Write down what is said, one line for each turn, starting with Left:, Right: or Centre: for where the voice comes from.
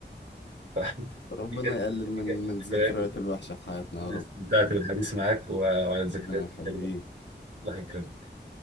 Right: <laughs>
Left: ربنا
Right: دي كانت
Left: يقلل من
Right: دي كانت من
Left: من
Right: ذكريات
Left: الذكريات الوحشة في حياتنا يا رب
Right: استمتعت بالحديث معاك و- وعلى الذكريات
Left: ربنا يخليه
Right: الحلوة. الله يكرمك